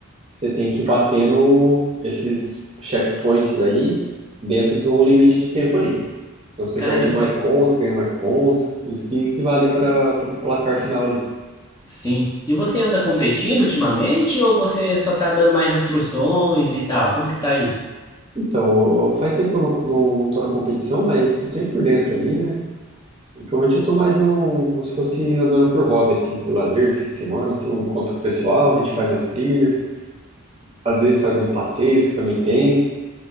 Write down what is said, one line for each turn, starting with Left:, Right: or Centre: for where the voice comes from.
Right: você tem que ir batendo esses checkpoints aí dentro de um limite de tempo ali. Senão você
Left: Caramba.
Right: perde mais ponto, ganha mais ponto. Isso que, que vale para o placar final ali.
Left: Sim. E você anda competindo ultimamente ou você só tá dando mais instruções e tal? Como que tá isso?
Right: Então, eu- faz tempo que eu não, não, não tô na competição, mas estou sempre por dentro ali, né? Ultimamente eu tô mais um, como se fosse andando por hobby, assim, por lazer de fim de semana, assim, eu encontro com o pessoal, a gente faz umas trilhas, às vezes faz uns passeios que também tem.